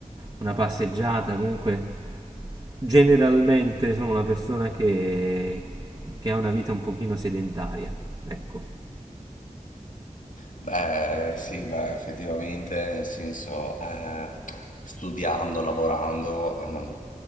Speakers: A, on the right; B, on the left.
A: una passeggiata, comunque Generalmente sono una persona che, che ha una vita un pochino sedentaria, ecco.
B: Beh, sì, beh, effettivamente, nel senso, eh, studiando, lavorando, ehm,